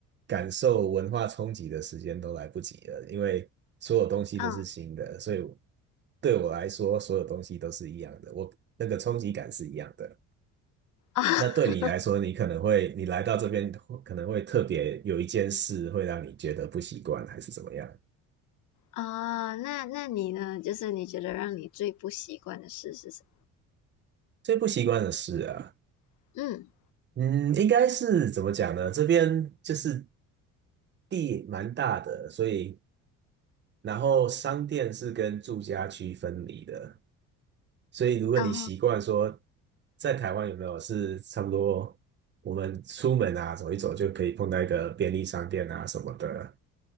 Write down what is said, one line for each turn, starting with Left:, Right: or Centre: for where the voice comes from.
Right: 感受文化冲击的时间都来不及了，因为所有东西都是新的，
Left: 嗯啊
Right: 所以对我来说，所有东西都是一样的，我那个冲击感是一样的。
Left: 啊，<laughs>
Right: 那对你来说，你可能会，你来到这边可能会特别有一件事会让你觉得不习惯，还是怎么样？
Left: 哦那那你呢？就是你觉得让你最不习惯的事是什
Right: 最不习惯的事啊，
Left: 么？嗯，
Right: 嗯，应该是怎么讲呢？这边就是地蛮大的，所以然后商店是跟住家区分离的，所以如果你习惯说
Left: 哦，
Right: 在台湾有没有是差不多，我们出门啊走一走就可以碰到一个便利商店啊什么的。